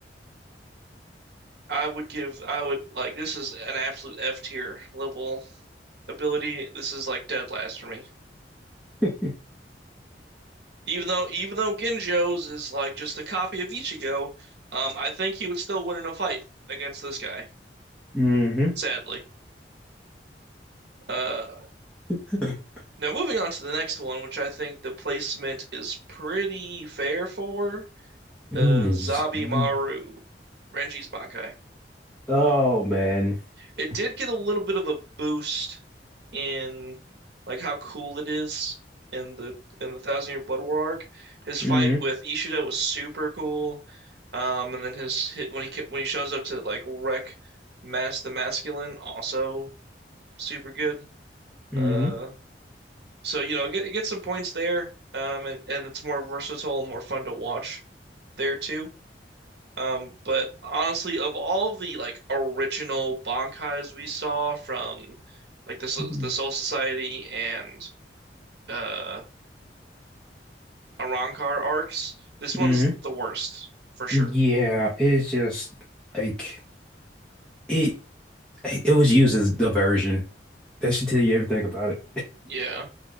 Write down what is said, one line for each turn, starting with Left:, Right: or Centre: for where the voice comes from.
Right: I would give I would like this is an absolute F tier level ability. This is like dead last for me.
Centre: <laughs>
Right: Even though even though Ginjo's is like just a copy of Ichigo, um, I think he would still win in a fight against this guy,
Centre: Mm-hmm.
Right: sadly. Uh,
Centre: <laughs>
Right: now moving on to the next one, which I think the placement is pretty fair for,
Centre: Mm,
Right: uh,
Centre: it's-
Right: Zabimaru,
Centre: mm,
Right: Renji's Bankai.
Centre: Oh man.
Right: It did get a little bit of a boost in like how cool it is in the in the Thousand Year Blood War arc. His fight
Centre: hmm
Right: with Ishida was super cool. Um, and then his hit when he ca- when he shows up to like wreck Mass the Masculine also super good.
Centre: hmm
Right: Uh, so you know, get get some points there. Um, and, and it's more versatile and more fun to watch there too. Um, but honestly, of all the like original Bankais we saw from like the Soul-
Centre: mm.
Right: the Soul Society and uh Arrancar arcs, this one's
Centre: hmm
Right: the worst for sure.
Centre: Yeah, it's just like it it was used as diversion. That should tell you everything about it.
Right: Yeah,